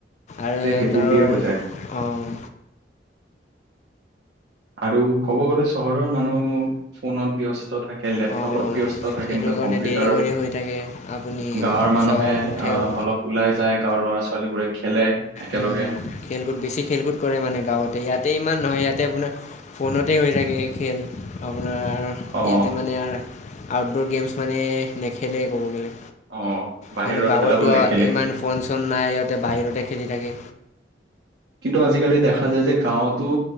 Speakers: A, on the left; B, on the right.
A: আৰু সিহঁতৰ
B: তে সেইবোৰ দিয়ে হৈ যায়
A: অঁ
B: আৰু ক'ব গ'লে চহৰৰ মানুহ ফোনত ব্যস্ত থাকে লেপটপত
A: অঁ
B: ব্যস্ত থাকে
A: এইটো
B: নিজৰ
A: কাৰণে
B: কম্পিউটাৰত
A: দেৰি কৰি হৈ থাকে আপুনি
B: গাঁৱৰ
A: তাৰপিছত
B: মানুহে
A: উঠেও
B: আহ অলপ ওলাই যায় গাঁৱৰ ল'ৰা ছোৱালীবোৰে খেলে একেলগে
A: উম হম খেলকুদ বেছি খেলকুদ কৰে মানে গাঁৱতে ইয়াতে ইমান নহয় ইয়াতে আপোনাৰ ফোনতে হৈ থাকে খেল আপোনাৰ
B: অ
A: ইয়াতে মানে আৰু আউটডৰ গেমছ মানে নেখেলেই ক'ব গ'লে
B: অ বাহিৰৰ
A: কিন্তু গাঁৱততো
B: খেলাবোৰ নেখেলে
A: ইমান ফোন চন নাই সিহতে বাহিৰতে খেলি থাকে
B: কিন্তু আজিকালি দেখা যায় যে গাঁৱতো